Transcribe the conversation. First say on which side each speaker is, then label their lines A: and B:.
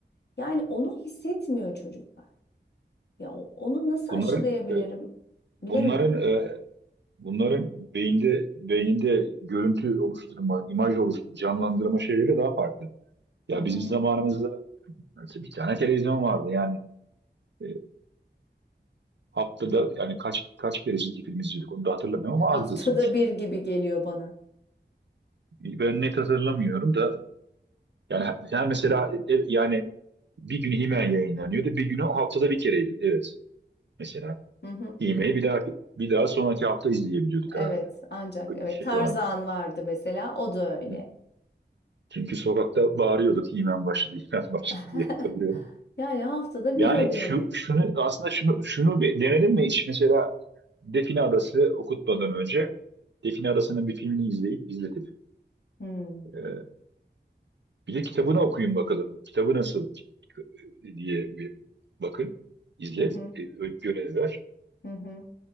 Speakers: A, on the left (about 65°); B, on the right (about 75°).
A: Yani onu hissetmiyor çocuklar. Ya o- onu nasıl
B: Bunların
A: aşılayabilirim
B: e,
A: bilemedim.
B: bunların e, bunların beyinde beyninde görüntü oluşturma, imaj oluşturma, canlandırma şeyleri daha farklı. Ya
A: Hı hı.
B: bizim zamanımızda mesela bir tane televizyon vardı yani e, haftada yani kaç kaç kere çizgi film izliyorduk onu da hatırlamıyorum
A: Haftada
B: ama azdı sonuçta.
A: bir gibi geliyor bana.
B: Ben net hatırlamıyorum da yani her mesela e, yani bir günü Himen yayınlanıyordu. Bir günü haftada bir kereydi. Evet. Mesela
A: Hı hı.
B: İğme'yi bir daha bir daha sonraki hafta izleyebiliyorduk
A: Evet,
B: herhalde.
A: ancak
B: Böyle
A: evet
B: bir şey
A: Tarzan
B: vardı.
A: vardı mesela o da öyle.
B: Hı. Çünkü sokakta bağırıyorduk İğmen başladı, İğmen başladı
A: <laughs>
B: diye hatırlıyorum.
A: Yani haftada
B: Yani
A: bir oluyordu.
B: şu şunu aslında şunu şunu bir denedim mi hiç? Mesela Define Adası okutmadan önce Define Adası'nın bir filmini izleyip izletip
A: Hmm.
B: e, bir de kitabını okuyun bakalım. Kitabı nasıl diye bir bakın, izlet,
A: Hı hı,
B: e, ö- görev ver.
A: hı hı.